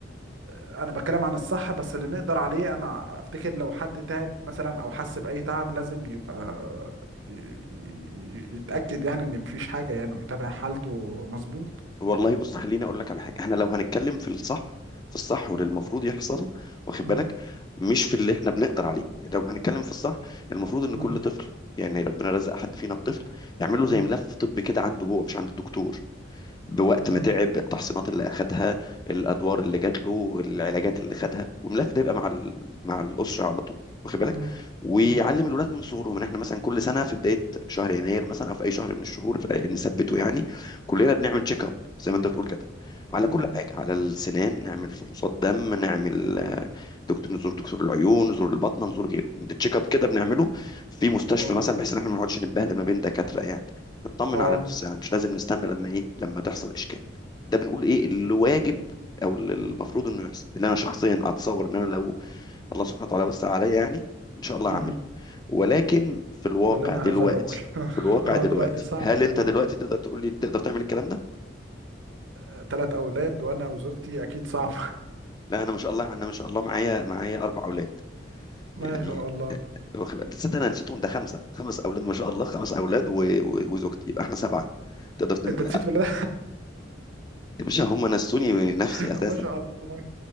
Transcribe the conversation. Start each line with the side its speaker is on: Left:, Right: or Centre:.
Right: انا بتكلم عن الصح بس اللي نقدر عليه انا افتكر لو حد تعب مثلا او حس باي تعب لازم يبقى ي- ي- يتاكد يعني ان مفيش حاجه يعني ويتابع حالته مظبوط
Left: والله بص خليني اقول لك على حاجه احنا لو هنتكلم في الصح في الصح واللي
Right: مم.
Left: المفروض يحصل واخد
Right: مم.
Left: بالك مش في اللي احنا بنقدر عليه لو هنتكلم في الصح المفروض ان
Right: مم.
Left: كل طفل يعني ربنا رزق حد فينا بطفل يعمل له
Right: مم.
Left: زي ملف طبي كده عنده هو مش عند الدكتور بوقت
Right: مم.
Left: ما تعب التحصينات اللي اخدها الادوار اللي جات له العلاجات اللي خدها والملف ده يبقى مع ال... مع الاسره على طول واخد بالك
Right: مم.
Left: ويعلم
Right: مم.
Left: الولاد من صغرهم ان احنا مثلا كل سنه في بدايه شهر يناير مثلا او في اي شهر من الشهور آه، نثبته يعني كلنا بنعمل تشيك اب زي ما انت بتقول كده على
Right: مم.
Left: كل حاجه على السنان نعمل فحوصات دم نعمل آه، دكتور نزور دكتور العيون نزور البطنه نزور غيره التشيك اب كده بنعمله في مستشفى
Right: اه
Left: مثلا بحيث ان احنا ما نقعدش نتبهدل ما بين دكاتره يعني تطمن
Right: اه
Left: على نفسها مش لازم نستنى لما ايه لما تحصل اشكال ده بنقول ايه اللي واجب او اللي المفروض انه يحصل اللي انا شخصيا اتصور ان انا لو الله سبحانه وتعالى وسع عليا يعني ان شاء الله هعمله
Right: مم.
Left: ولكن في الواقع
Right: كلنا
Left: دلوقتي
Right: هذا الرجل <laughs>
Left: في الواقع
Right: اه
Left: دلوقتي
Right: دلوقتي صعب
Left: هل
Right: يعني
Left: انت دلوقتي تقدر تقول لي تقدر تعمل الكلام ده
Right: اه تلات اولاد وانا وزوجتي اكيد صعب
Left: لا انا ما شاء الله انا ما شاء الله معايا معايا اربع اولاد
Right: <laughs>
Left: يعني
Right: ما شاء الله
Left: واخد بالك؟ تصدق انا نسيتهم ده خمسه خمس اولاد ما شاء الله خمس اولاد و... و... وزوجتي يبقى احنا سبعه تقدر تن...
Right: انت نسيت ولا لا
Left: يا باشا هم نسوني نفسي
Right: <laughs>
Left: اساسا
Right: ما شاء الله تبارك